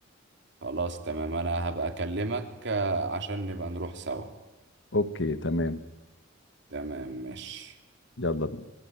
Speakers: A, on the right; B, on the left.
A: خلاص تمام انا هبقى اكلمك آه، عشان نبقى نروح سوا
B: أوكي تمام
A: تمام ماشي
B: يلا